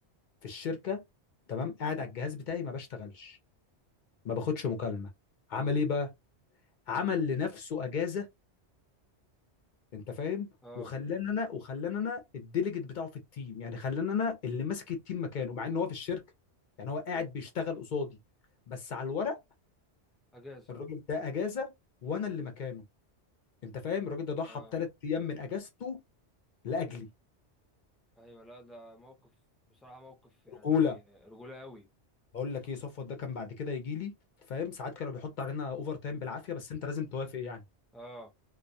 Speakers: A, on the left (about 55°); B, in the centre.
A: في الشركه تمام قاعد على الجهاز بتاعي ما بشتغلش ما باخدش مكالمه عمل ايه بقى عمل لنفسه اجازه انت فاهم
B: اه
A: وخلاني انا وخلاني انا الديليجيت بتاعه في التيم يعني خلاني انا اللي ماسك التيم مكانه مع ان هو في الشركه يعني هو قاعد بيشتغل قصادي بس على الورق
B: اجازه
A: الراجل ده اجازه وانا اللي مكانه انت فاهم الراجل ده ضحى
B: اه
A: بثلاث ايام من اجازته لاجلي
B: ايوه لا ده موقف بصراحه موقف يعني
A: رجوله
B: رجوله قوي
A: بقول لك ايه صفوت ده كان بعد كده يجي لي فاهم ساعات كانوا بيحط علينا اوفر تايم بالعافيه بس انت لازم توافق يعني
B: اه